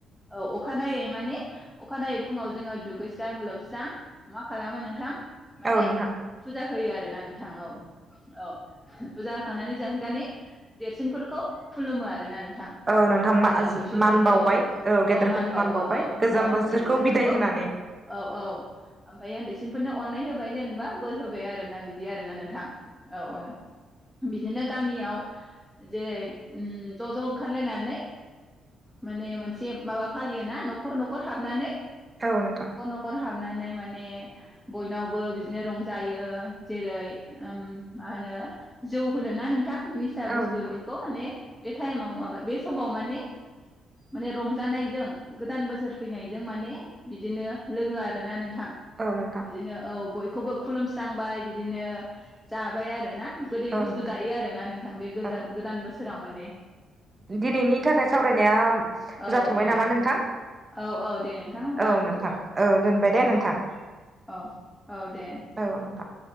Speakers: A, in the centre; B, on the right.
A: औ अखानायनायै माने अखानायनायै फुङाव जोङो दुगैस्रां लोबस्रां मा खालामो नोंथां। माने
B: औ नोंथां
A: फुजा होयो आरो। दो ना नों थां औ औ। बुजा होखांनानै जों दानि देरसिनफोरखौ खुलुमो आरोना नों थां
B: औ नोंथां
A: आरो दुइसिनफोरखौ
B: मान बावबाय
A: औ
B: गेदेरफोरखौ
A: औ मानबावो
B: मान बावबाय
A: औ
B: गोजाम
A: औ
B: बोसोरखौ
A: ओन्दैसिनफोरखौ
B: बिदाय होनानै
A: औ औ ओमफायो ओन्दैसिन फोरनो अननाय होबाय जेनेबा बोर होबाय आरो ना। बिदि आरोना नोंथां औ औ बिदिनो। गामियाव जेरै उम ज' ज' ओंखारलायनानै माने मोनसे माबा फालियोना न'खर न'खर हाबनानै।
B: औ नोंथां
A: न'खर न'खर हाबना। नै माने बयनावबो बिदिनो रंजायो। जेरै उम मा होनो जौ होनो ना नोंथां? निसा
B: औ
A: बस्थु
B: नोंथां
A: बिखौ माने। बे टाइमाव माबा बे समाव माने माने रंजानायजों गोदान बोसोर फैनायजों माने बिदिनो लोङो आरोना नों थां
B: औ नोंथां
A: बिदिनो औ बय खौबो खुुलुमस्रांबाय बि दिनो जाबाय आरो ना। गोदै
B: औ
A: बुस्थु
B: नोंथां
A: जायो आरोना नोंथां बे गोजा
B: औ
A: गोदान बोसोराव माने
B: दिनैनि थाखाय सावरायनाया
A: औ
B: जाथ'बाय
A: औ
B: नामा नोंथां
A: औ औ दे नोंथां होमबा
B: औ नोंथां औ दोनबाय दे
A: औ
B: नोंथां
A: औ औ दे
B: औ नोंथां।